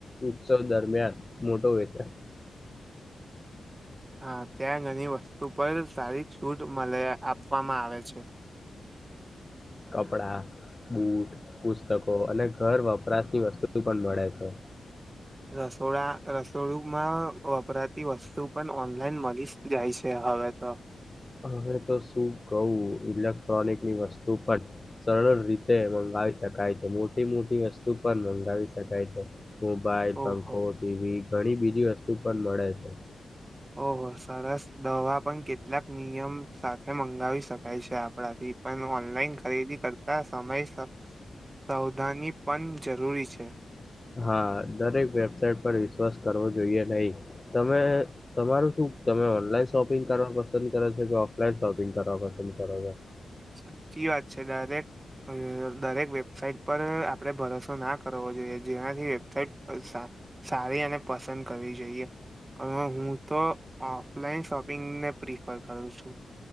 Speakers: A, on the left; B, on the right.
A: ઉત્સવ દરમિયાન મોટો વેચાણ
B: હા, ત્યાં ઘણી વસ્તુ પર સારી છૂટ મળે આપવામાં આવે છે. <unintelligible>
A: કપડાં, બુટ, પુસ્તકો અને ઘર વપરાશી વસ્તુ પણ મળે છે.
B: રસોડા રસોડુંમાં વપરાતી વસ્તુ પણ ઓનલાઈન મળીસ જાય છે. હવે તો
A: હવે તો શું કવું. ઇલેક્ટ્રોનિકની વસ્તુ પણ સરળ રીતે મંગાવી શકાય છે. મોટી મોટી વસ્તુ પણ મંગાવી શકાય છે. મોબાઈલ, પંખો,
B: ઓહો
A: ટીવી ઘણી બીજી વસ્તુ પણ મળે છે.
B: ઓહો, સરસ દવા પણ કેટલાક નિયમ સાથે મંગાવી શકાય છે આપ પણ ઓનલાઈન ખરીદી કર સમય સા સાવધાની પણ જરૂરી છે.
A: હા, દરેક વેબસાઇટ પર વિશ્વાસ કરવો જોઈએ નહીં. તમે તમારું શું તમે ઓનલાઈન શોપિંગ કરવા પસંદ કરો છો કે ઓફલાઈન શોપિંગ કરવા પસંદ કરો છો?
B: સાચી વાત છે. દરેક દરેક વેબસાઇટ પર આપડે ભરોસો ના કરવો જોઈએ, જેનાથી વેબસાઇટ પળ સારી અને પસંદ કરવી જોઈએ. હ, હું, તો ઓફલાઈન શોપિંગને પ્રિફર કરું છું.